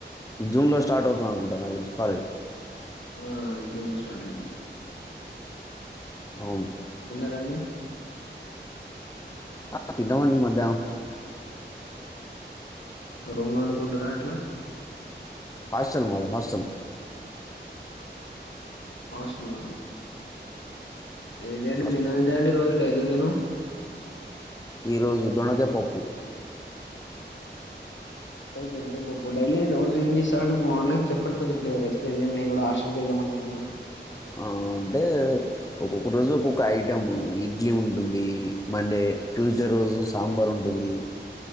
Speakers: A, on the left; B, on the left.
A: జూన్లో స్టార్ట్ అవుతుంది అనుకుంటా నాకు తెలిసి కాలేజ్
B: ఆ జూన్ లో స్టార్ట్ అయితది
A: అవును
B: తిన్నార అండి
A: ఆ తినమండి మధ్యానం
B: రూమ్ లో వండుకుంటారా ఎట్లా
A: హాస్టల్ మాది హాస్టల్
B: ఆస్ లా ఏంటిండి
A: హాస్టల్
B: మెనూ ఏంటియండి రోజు ర ఎలిమను
A: ఈరోజు దొనకే పప్పు
B: రజే డైలీ రోజు ఏం చేస్తార అంటే మార్నింగ్ చెప్పండి కొంచెం క్యర్ ఎక్స్ప్లెయిన్ చేయండి నేను కూడా హాస్టల్ క వెళ్దాం అనుకుంటున్నా
A: ఆ! అంటే ఒక్కొక్క రోజు ఒక్కొక్క ఐటం ఇడ్లీ ఉంటుంది మండే ట్యూస్డే రోజు సాంబార్ ఉంటుంది